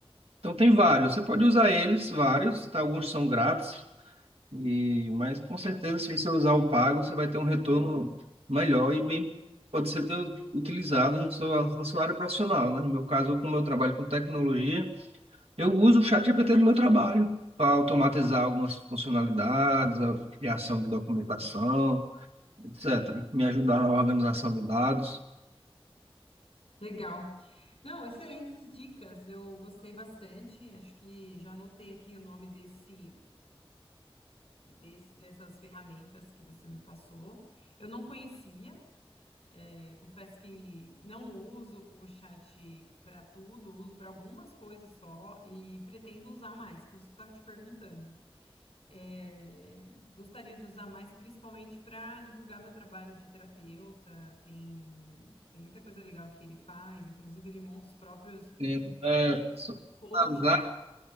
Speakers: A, on the right; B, on the left.
A: Então tem vários. Você pode usar eles, vários. tá? Alguns são grátis. E, mas com certeza, se você usar o pago, você vai ter um retorno melhor e bem. Pode ser ter utilizado na sua, na sua área profissional, né? No meu caso, eu, como eu trabalho com tecnologia, Eu uso o ChatGPT no meu trabalho para automatizar algumas funcionalidades, a criação de documentação, etc. Me ajudar na organização de dados.
B: Legal. Não, excelentes dicas. Eu gostei bastante. Acho que já anotei aqui o nome desse, desse, dessas ferramentas que você me passou. Eu não conhecia. É, confesso que não uso o chat para tudo, uso para algumas coisas só e pretendo usar mais, por isso que eu estava te perguntando. É, gostaria de usar mais, principalmente para divulgar meu trabalho de terapeuta. Tem, tem muita coisa legal que ele faz, inclusive ele monta os próprios
A: Entendo. É, só
B: posts.
A: para finalizar,